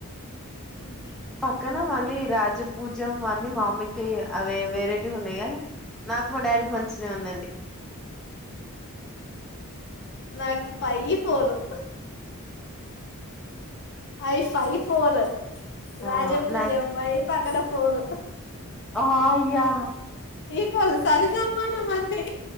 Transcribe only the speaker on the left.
ఆ
నాకు పై పోడం ఐ ఫైవ్ ఫోర్
రాజపూ
జ ఎబయి పక్కద ఫోను
ఈవ సరిజమాన అంది